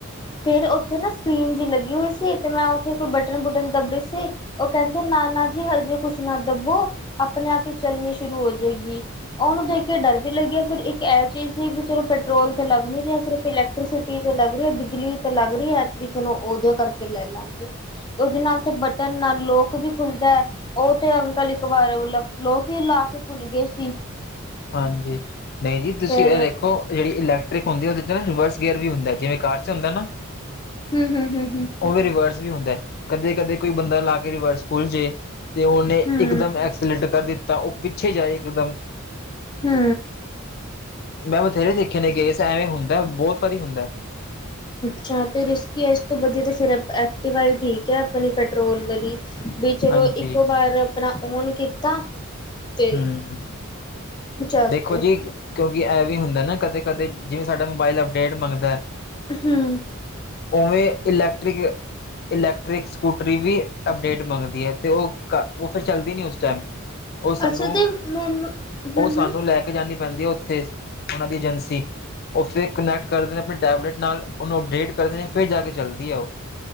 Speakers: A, on the left; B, on the left.
A: ਫੇਰ ਉੱਥੇ ਨਾ ਸਕਰੀਨ ਜਿ ਲੱਗੀ ਹੋਈ ਸੀ ਤੇ ਮੈਂ ਉੱਥੇ ਕੋਈ ਬਟਨ- ਬੁਟਨ ਦੱਬੇ ਸੀ। ਉਹ ਕਹਿੰਦੇ ਨਾਨਾ ਜੀ ਹਜੇ ਕੁਛ ਨਾ ਦੱਬੋ ਆਪਣੇ ਆਪ ਹੀ ਚੱਲਣੀ ਸ਼ੁਰੂ ਹੋ ਜਾਏਗੀ। ਉਹਨੂੰ ਦੇਖ ਕੇ ਡਰ ਵੀ ਲੱਗਿਆ ਫਿਰਰ ਇੱਕ ਇਹ ਚੀਜ਼ ਸੀ ਵੀ ਚਲੋ ਪੈਟਰੋਲ ਤੇ ਲੱਗ ਨ ਨਹੀਂ ਰਿਹਾ ਸਿਰਫ ਇਲੈਕ ਐੈਕਟ੍ਰੀਸਿਟੀ ਤਾਂ ਲੱਗ ਰਹੀ ਹੈ ਬਿਜਲੀ ਤਾਂ ਲੱਗ ਰਹੀ ਹੈ ਵੀ ਚਲੋ ਉਦੇ ਕਰਕੇ ਲੈ ਲਵਾਂਗੇ। ਉਹਦੇ ਨਾਲ ਤੇ ਬਟਨ ਨਾਲ ਲੋਕ ਵੀ ਖੁੱਲਦਾ, ਉਹ ਤੇ ਅੰਕਲ ਇੱਕ ਬਾਰੇ ਮਤਲਬ ਲੋ ਕੇ ਲਾ ਕੇ ਭੁੱਲ ਗਏ ਸੀ।
B: ਹਾਂਜੀ। ਨਹੀਂ ਜੀ, ਤੁਸੀਂ
A: ਫੇਰ
B: ਇਹ ਦੇਖੋ ਜਿਹੜੀ ਇਲੈਕਟ੍ਰਿਕ ਹੁੰਦੀ ਉਹਦੇ ਚ' ਨਾ ਰਿਵਰਸ ਗੀਅਰ ਵੀ ਹੁੰਦਾ ਜਿਵੇਂ ਕਾਰ। ਹਨਾ।
A: ਹੂੰ ਹੂੰ ਹੂੰ
B: ਉਹ ਵੀ ਰਿਵਰਸ ਵੀ ਹੁੰਦਾ। ਕਦੇ- ਕਦੇ ਕੋਈ ਬੰਦਾ ਲਾ ਕੇ ਰਿਵਰਸ ਭੁੱਲ ਜਾੇ, ਤੇ ਉਹਨੇ
A: ਹੂੰ
B: ਇੱਕਦਮ ਐਕਸ ਸਿਲੈਕਟ ਕਰ ਦਿੱਤਾ, ਉਹ ਪਿੱਛੇ ਜਾਏ ਇਕਦਮ।
A: ਹੂ
B: ਮੈਂ ਬਥੇਰੇ ਦੇਖੇ ਨੇ ਕੇਸ ਐਵੇਂ ਹੁੰਦਾ, ਬਹੁਤ ਵਾਰੀ ਹੁੰਦਾ।
A: ਛਾ ਤਾਂ ਰਿਸਕੀ ਹੈ, ਇਸ ਤੋਂ ਵਧੀਆ ਤਾਂ ਫਿਰ ਐਕਟੀਿਵਾਈ ਠੀਕ ਹੈ ਆਪਣੀ ਪੈਟਰੋਲ ਵਾਲੀ। ਵੀ ਚਲੋ
B: ਹਾਂਜੀ
A: ਇੱਕੋ ਵਾਰ ਆਪਣਾ ਓਨ ਕੀਤਾ। ਤੇ
B: ਹੂ
A: ਚੱਲ
B: ਦੇਖੋ
A: ਪਏ
B: ਜੀ, ਕਿਉਂਕਿ ਇਹ ਵੀ ਹੁੰਦਾ ਨਾ ਕਦੇ- ਕਦੇ ਜਿਵੇਂ ਸਾਡਾ ਮੋਬਾਇਲ ਅਪਡੇਟ ਮੰਗਦਾ ਹੈ।
A: ਹੂ
B: ਉਵੇਂ ਇਲੈਕਟ੍ਰਿਕ ਇਲੈਕਟ੍ਰਿਕ ਸਕੂਟਰੀ ਵੀ ਅਪਡੇਟ ਮੰਗਦੀ ਹੈ। ਅਤੇ ਉਹ- ਉਹ ਫਿਰ ਚੱਲਦੀ ਨਹੀਂ ਉਸ ਟਾਈਮ। ਉਹ ਸਾਨੂੰ
A: ਅੱਛਾ ਤੇ ਮੈਨੂੰ ਹਮ
B: ਉਹ ਸਾਨੂੰ
A: ਹਮ
B: ਲੈ ਕੇ ਜਾਣੀ ਪੈਂਦੀ ਹੈ ਉੱਥੇ ਉਹਨਾਂ ਦੀ ਏਜੰਸੀ। ਉਸੇ ਕੁਨੈਕਟ ਕਰਦੇ ਨੇ ਆਪਣੇ ਟੈਬਲੇਟ ਨਾਲ, ਉਹਨੂੰ ਅਪਡੇਟ ਕਰਦੇ ਨੇ ਫਿਰ ਜਾ ਕੇ ਚੱਲਦੀ ਹੈ ਉਹ।